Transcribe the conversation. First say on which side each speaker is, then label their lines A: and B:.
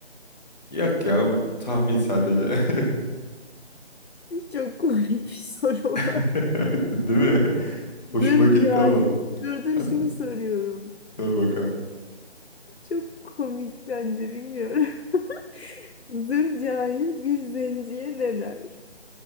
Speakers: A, on the left; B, on the left.
A: Yok ya bu tahmin sadece. <laughs>
B: Çok komik bir soru
A: <laughs>
B: var.
A: Değil mi? Hoşuma
B: Dur
A: gitti
B: cahil.
A: ama.
B: Dur dur
A: Hani,
B: şimdi soruyorum.
A: Dur bakalım.
B: Çok komik bence bilmiyorum. <laughs> Zır cahil bir zenciye ne der?